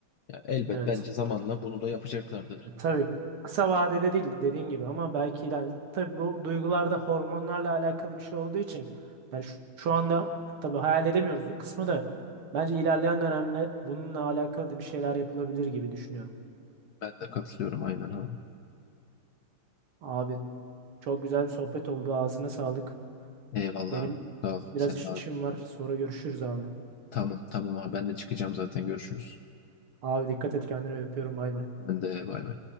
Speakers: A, on the left; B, on the right.
A: ya elbet
B: Evet.
A: bence zamanla bunu da yapacaklardır.
B: E, tabii kısa vadede değil dediğin gibi ama belki iler- tabii bu duygularda hormonlarla alakalı bir şey olduğu için yani şu, şu anda tabii hayal edemiyoruz o kısmı da bence ilerleyen dönemde bununla alakalı da bir şeyler yapılabilir gibi düşünüyorum.
A: Ben de katılıyorum aynen abi.
B: Abi çok güzel bir sohbet oldu ağzına sağlık.
A: Eyvallah
B: Benim
A: abi. Sağ ol.
B: biraz
A: Sen
B: işim
A: de abi.
B: var sonra görüşürüz abi.
A: Tamam tamam abi ben de çıkacağım zaten görüşürüz.
B: Abi dikkat et kendine öpüyorum bay bay.
A: Ben de bay bay.